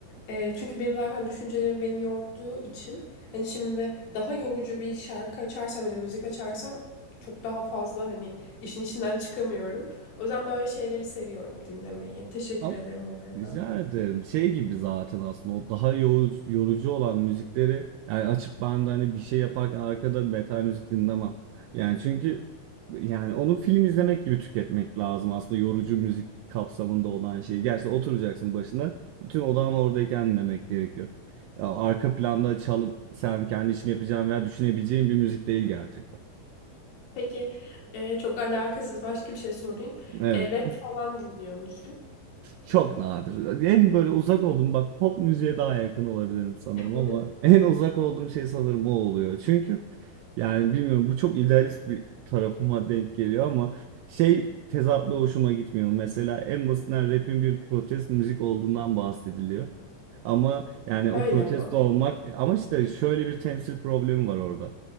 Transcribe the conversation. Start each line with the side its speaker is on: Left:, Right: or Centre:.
Left: Ee, çünkü benim zaten düşüncelerim beni yorduğu için hani şimdi daha yorucu bir şarkı açarsam ya da müzik açarsam çok daha fazla hani işin içinden çıkamıyorum. O yüzden böyle şeyleri seviyorum dinlemeyi. Teşekkür
Right: Ama
Left: ederim bu arada.
Right: rica ederim. Şey gibi zaten aslında o daha yorucu, yorucu olan müzikleri yani açıp ben de hani bir şey yaparken arkada metal müzik dinlemem. Yani çünkü yani onu film izlemek gibi tüketmek lazım aslında yorucu müzik kapsamında olan şeyi. Gerçi oturacaksın başına bütün odan oradayken dinlemek gerekiyor. Ya arka planda çalıp sen kendi işini yapacağın veya düşünebileceğin bir müzik değil gerçekten.
Left: Peki e, çok alakasız başka bir şey sorayım.
Right: Evet.
Left: E, rap falan dinliyor musun?
Right: Çok nadir. En böyle uzak olduğum bak pop müziğe daha yakın olabilirim sanırım
Left: <laughs>
Right: ama en uzak olduğum şey sanırım o oluyor. Çünkü yani bilmiyorum bu çok idealist bir tarafıma denk geliyor ama şey tezatla hoşuma gitmiyor. Mesela en basitinden rap'in bir protest müzik olduğundan bahsediliyor. Ama yani o
Left: Öyle
Right: protesto
Left: ama.
Right: olmak ama işte şöyle bir temsil problemi var orada.